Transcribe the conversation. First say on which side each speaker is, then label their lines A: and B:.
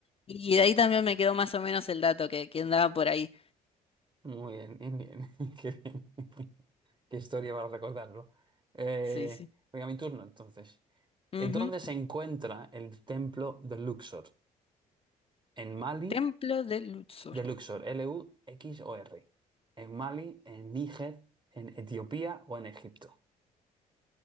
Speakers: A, on the left (about 30°); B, on the right (about 25°).
A: Y de ahí también me quedó más o menos el dato que, que andaba por ahí.
B: Muy bien, bien, bien. <laughs> Qué bien. <laughs> Qué historia para recordarlo. Eh,
A: Sí, sí.
B: venga, mi turno entonces.
A: Ujú.
B: ¿En ¿Dónde se encuentra el templo de Luxor? ¿En Mali?
A: Templo de Luxor.
B: De Luxor, L-U-X-O-R. ¿En Mali, en Níger, en Etiopía o en Egipto?